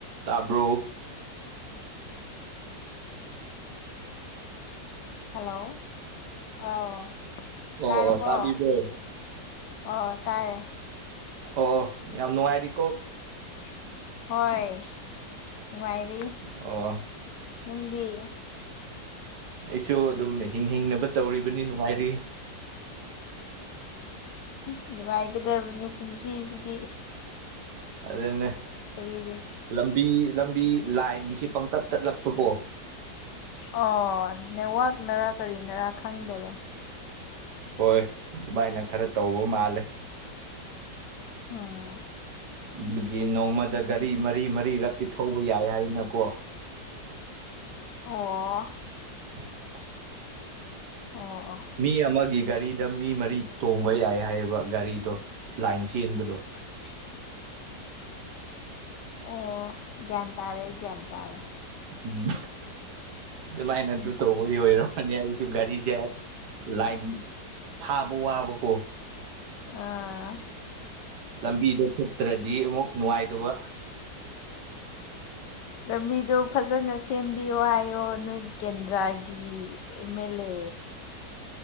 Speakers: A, on the right; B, on the left.
A: ꯇꯥꯕ꯭ꯔꯣ
B: ꯍꯜꯂꯣ ꯑꯣ
A: ꯑꯣ
B: ꯇꯥꯔꯕꯣ
A: ꯑꯣ ꯇꯥꯕꯤꯕ꯭ꯔꯣ
B: ꯑꯣ ꯇꯥꯏꯌꯦ
A: ꯑꯣ -ꯑꯣ ꯌꯥꯝ ꯅꯨꯡꯉꯥꯏꯔꯤ
B: <inaudible> ꯍꯣꯏ ꯅꯨꯉꯥꯏꯔꯤ
A: ꯑꯣ
B: ꯅꯪꯗꯤ
A: ꯑꯩꯁꯨ ꯑꯗꯨꯝ ꯍꯤꯡ ꯍꯤꯡꯅꯕ ꯇꯧꯔꯤꯕꯅꯤ ꯅꯨꯡꯉꯥꯏꯔꯤ
B: ꯅꯨꯡꯉꯥꯏꯒꯗꯕꯅꯤ ꯄꯨꯟꯁꯤꯁꯤꯗꯤ
A: ꯑꯗꯨꯅꯦ
B: ꯀꯔꯤꯒꯤ
A: ꯂꯝꯕꯤ ꯂꯝꯕꯤ ꯂꯥꯏꯟꯒꯥꯁꯤ ꯄꯪ ꯇꯠ ꯇꯠꯂꯛ ꯇꯨꯒꯣ
B: ꯑꯣ ꯅꯦꯠꯋꯥꯛꯅꯔꯥ ꯀꯔꯤꯅꯔꯥ ꯈꯪꯗꯥꯔꯦ
A: ꯍꯣꯏ ꯑꯗꯨꯃꯥꯏꯅ ꯈꯔ ꯇꯧꯕ ꯃꯥꯜꯂꯦ
B: ꯑꯥ
A: ꯗꯨꯒꯤ ꯅꯣꯡꯃꯗ ꯒꯥꯔꯤ ꯃꯔꯤ ꯃꯔꯤꯔꯛꯇꯤ ꯊꯧꯕ ꯌꯥꯏ ꯍꯥꯏꯅꯀꯣ
B: ꯑꯣ
A: <inaudible>
B: ꯑꯣ ꯑꯣ
A: ꯃꯤ ꯑꯃꯒꯤ ꯒꯥꯔꯤꯗ ꯃꯤ ꯃꯔꯤ ꯇꯣꯡꯕ ꯌꯥꯏ ꯍꯥꯏꯕ ꯒꯥꯔꯤꯗꯣ ꯂꯥꯏꯟ ꯆꯦꯟꯕꯗꯣ
B: ꯂꯥꯏꯟ ꯆꯦꯟ ꯑꯣ ꯒ꯭ꯌꯥꯟ ꯇꯥꯔꯦ ꯒ꯭ꯌꯥꯟ ꯇꯥꯔꯦ
A: ꯎꯝ ꯑꯗꯨꯃꯥꯏꯅ ꯑꯗꯨ ꯇꯧꯕꯒꯤ ꯑꯣꯏꯔꯝꯃꯅꯤ ꯑꯩꯁꯨ ꯒꯥꯔꯤꯖꯦ ꯂꯥꯏꯟ ꯐꯥꯕ ꯋꯥꯕ ꯀꯣ
B: ꯑꯥ
A: ꯂꯝꯕꯤꯗꯣ ꯐꯠꯇ꯭ꯔꯥꯗꯤ ꯑꯃꯨꯛ ꯅꯨꯡꯉꯥꯏꯇꯕ
B: ꯂꯝꯕꯤꯗꯣ ꯐꯖꯅ ꯁꯦꯝꯕꯤꯌꯣ ꯍꯥꯏꯌꯣ ꯅꯣꯏ ꯀꯦꯟꯗ꯭ꯔꯥꯒꯤ ꯑꯦꯃꯦꯂꯦ